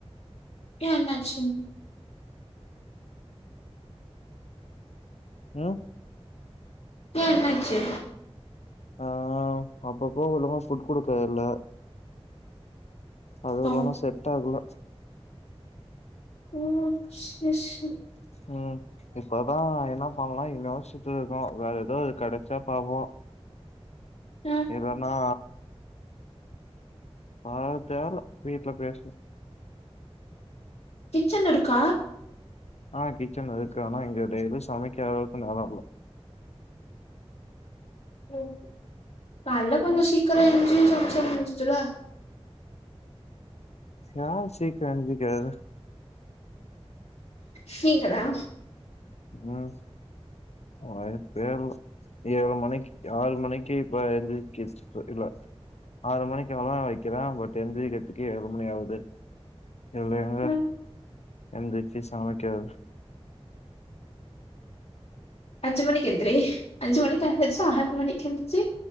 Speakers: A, on the left; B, on the left.
A: யேன் என்னாச்சு அது?
B: ம்
A: ஏ என்னாச்சி
B: ஆ அப்ப போகலு ஃபுட் குடுக்க இல்ல அது
A: ஓ
B: இல்லாம செட் ஆகல
A: ம் செரி செரி
B: ம் இப்பதான் என்ன பண்ணலா யோசிட்டு இருக்கோம் வேற எதோ கெடைச்சா பாப்போம்
A: ஆ
B: எதனா ப தெர்ல வீட்ல பேசனு
A: கிச்சன் இருக்கா
B: ஆ கிச்சன் இருக்கு ஆனா இங்க டெய்லி சமைக்கர அளவுக்கு நேரம் இல்ல
A: ம் கால்ல கொஞ்சம்
B: ம்
A: சீக்கிரம் ஏஞ்சி கொஞ்சம் முஞ்சிச்சி இல்ல
B: யார் சீக்கிரம் எந்திக்கிறது
A: நீங்கதா
B: ம் வாய்ப்பே இல்ல ஏழு மணிக்கு ஆறு மணிக்கு இப்ப எந்திருக்கி இல்ல ஆறு மணிக்கு அலாரம் வக்கிறேன் பட் எந்திரிக்கிறதுக்கே ஏழு மணி ஆவுது இதுல எங்க
A: ம்
B: எந்திரிச்சி சமைக்கறது
A: அஞ்சி மணி எந்திரி அஞ்சு மணிக்கு அலாரம் வச்சா ஆறுமணிக்கு எந்திச்சி